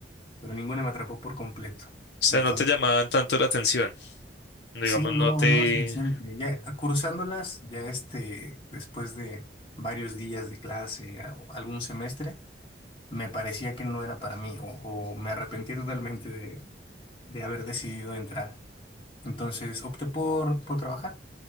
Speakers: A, on the left; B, on the left.
A: pero ninguna me atrapó por completo.
B: o sea,
A: Entonces,
B: no te llamaban tanto la atención. Digamos,
A: sí, no,
B: no te...
A: no lo suficiente. Ya a- cursándolas, ya este, después de varios días de clase a- o algún semestre, me parecía que no era para mí o, o me arrepentí totalmente de, de haber decidido entrar. Entonces, opté por, por trabajar.